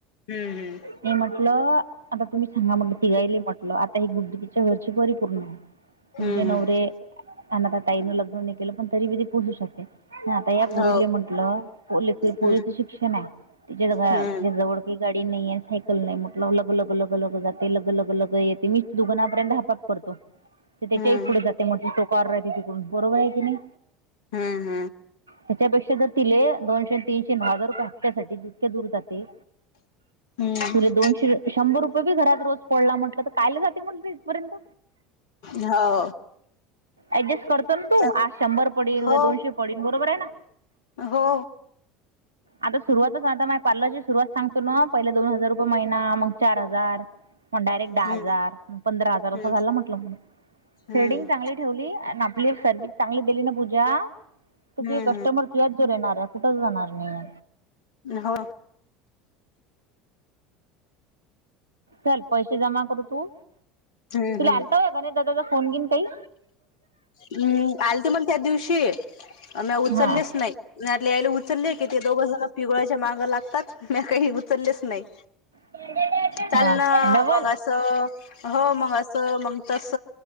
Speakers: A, on the left; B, on the right.
A: हम्म हम्म
B: मी म्हटलं. आता तुम्ही सांगा म्हटल. तिघायले म्हटलं. आता हे गुड्ड तिच्या घरची परिपूर्ण आहे.
A: हम्म
B: तुमचे नवरे.
A: हम्म
B: अनाथ ताईन लग्न नाही केलं पण. तरी ते पोहचू शकते. आता या पुरीले
A: हो
B: म्हंटलं. पोल पोरीच
A: हम्म
B: शिक्षणे. तीच्या
A: हम्म
B: जवळ काही गाडी नाहीये. सायकल नाहीये. म लग लग लग लग जाते लग लग लग येत. मी दुघनापर्यंत हाप हाप करतो. ते त्याच्याही
A: हम्म
B: पुढे जाते. म्हटल तो कार्र आहे त्याच्यािकडू. बरोबरे कि नाही.
A: हम्म
B: त्याच्यापेक्षा जर तिले. दोनशे, तीनशे, हजार रुपये हपत्यासाठी. जितके दूर जाते.
A: हम्म हम्म
B: तुले दोनशे. शंभर रुपये बी घरात रोज फडला म्हटलं. तर् कायलं जाते म्हटलं. इथपर्यंत.
A: हो.
B: ऍडजस्ट करतो ना तू.
A: स-
B: आज शंभर पडेन. उद्या
A: हो
B: दोनशे पडेन. बरोबरे ना.
A: हो.
B: आता सुरुवातच. आता माझ्या पार्लर ची सुरुवात सांगतो ना. पहिला दोन हजार रु महिना मग चार हजार. मग डायरेक्ट दहा
A: हम्म
B: हजार. मग पंधरा हजार. असं
A: हम्म
B: झालं म्हटलं. म
A: हम्म
B: थ्रेडिंग चांगली ठेवली. आणि आपली सर्विस चांगली दिली ना पूजा. तर
A: हम्म
B: तुझ कस्टमर तुझ्या जवळ येणारे. कुठंच जाणार नाहीय.
A: हो.
B: चल पैसे जमा करू तू.
A: हम्म
B: तुला
A: हम्म
B: आलता वय का गणेश दादाचा फोन बीन काही.
A: अम्म. आल ते म. त्या दिवशी. म्या उचललेच
B: हां
A: नाही. मीतले यायला उचलले कि ते दोघं जण पिगोळ्याच्या मागे लागतात. म्या. काही उचललेच नाही.
B: हा
A: चाल ना
B: डबल
A: मग असं. हो मग असं. मग तस.